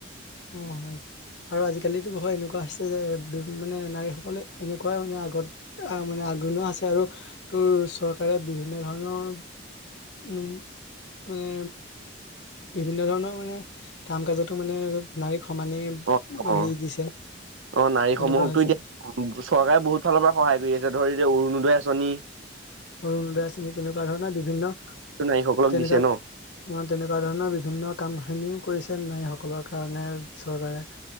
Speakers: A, on the left; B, on the right.
A: অ আৰু আজিকালিতো হয় এনেকোৱা হৈছে যে মানে নাৰীসকলে এনেকোৱাই মানে আগত আহ মানে আগণো আছে আৰু তোৰ চৰকাৰৰ বিভিন্ন ধৰণৰ ওম মানে বিভিন্ন ধৰণৰ মানে কাম কাজতো মানে নাৰী সমানেই
B: অ অ
A: হেৰি দিছে
B: অ নাৰীসমূহকতো
A: তেনেকুৱা হৈছে
B: এতিয়া চৰকাৰে বহুত ফালৰ পৰা সহায় কৰি আছে এতিয়া ধৰি অৰুণোদয় আঁচনি
A: অৰুণোদয় আঁচনি তেনেকোৱা ধৰণৰ বিভিন্ন
B: নাৰীসকলক
A: তেনেকোৱা
B: দিছে ন।
A: অ তেনেকোৱা ধৰণৰ বিভিন্ন কাম খিনিও কৰিছে নাৰীসকলৰ কাৰণে চৰকাৰে